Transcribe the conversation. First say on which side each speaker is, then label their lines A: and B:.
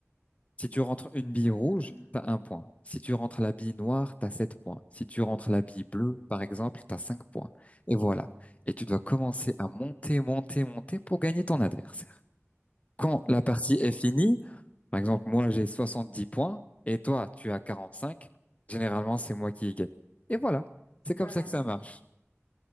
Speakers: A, on the left; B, on the left.
A: Si tu rentres une
B: D'accord.
A: bille rouge, t'as un point. Si tu rentres la bille noire, t'as sept points. Si tu rentres la bille bleue, par exemple, t'as cinq points. Et voilà. Et tu dois commencer à monter, monter, monter pour gagner ton adversaire. Quand la partie est finie, par exemple, moi j'ai 70 points et toi tu as 45. généralement c'est moi qui ai gagné. Et voilà.
B: Voilà,
A: C'est comme ça que
B: ouais.
A: ça marche.